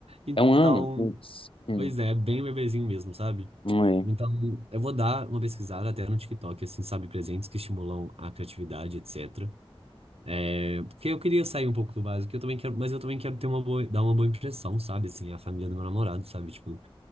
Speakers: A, on the right (about 85°); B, on the left (about 65°).
A: Então,
B: É um ano? Putz. Hum.
A: pois é, é bem bebezinho mesmo, sabe?
B: Não é.
A: Então, eu vou dar uma pesquisada até no TikTok, assim, sabe, presentes que estimulam a criatividade, etc. É, porque eu queria sair um pouco do básico, eu também quero, mas eu também quero ter uma boa, dar uma boa impressão, sabe, assim, a família do meu namorado, sabe, tipo,